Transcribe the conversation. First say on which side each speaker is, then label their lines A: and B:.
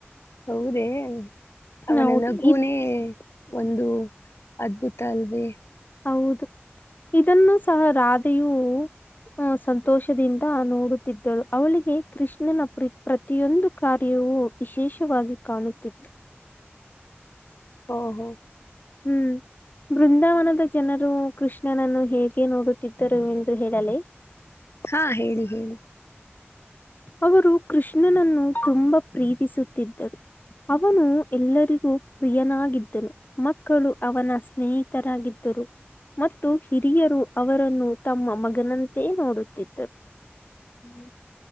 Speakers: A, on the left; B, on the left.
A: ಹೌದೇ ಅವನ
B: ಹೌದು
A: ನಗುನೇ
B: ಇದ್
A: ಒಂದು ಅದ್ಭುತ ಅಲ್ವೇ
B: ಹೌದು ಇದನ್ನು ಸಹ ರಾಧೆಯು ಹ ಸಂತೋಷದಿಂದ ನೋಡುತ ಳು ಅವಳಿಗೆ ಕೃಷ್ಣನ ಪ್ರ ಪ್ರತಿಯೊಂದು ಕಾರ್ಯವೂ ವಿಶೇಷವಾಗಿ ಕಾಣುತ್ತಿತ್ತು
A: ಹಓ ಹೋ
B: ಹೂ ಬೃಂದಾವನದ ಜನರು ಕೃಷ್ಣನನ್ನು ಹೇಗೆ ನೋಡುತ್ತಿದ್ದರು ಎಂದು ಹೇಳಲಿ
A: ಹಾ ಹೇಳಿ ಹೇಳಿ
B: ಅವರು ಕೃಷ್ಣನನ್ನು ತುಂಬಾ ಪ್ರೀತಿಸುತ್ತಿದ್ದರು ಅವನು ಎಲ್ಲರಿಗೂ ಪ್ರಿಯನಾಗಿದ್ದನು ಮಕ್ಕಳು ಅವನ ಸ್ನೇಹಿತರಾಗಿದ್ದರು ಮತ್ತು ಹಿರಿಯರು ಅವರನ್ನು ತಮ್ಮ ಮಗನಂತೆ ನೋಡುತ್ತಿದ್ದರು ಹೂ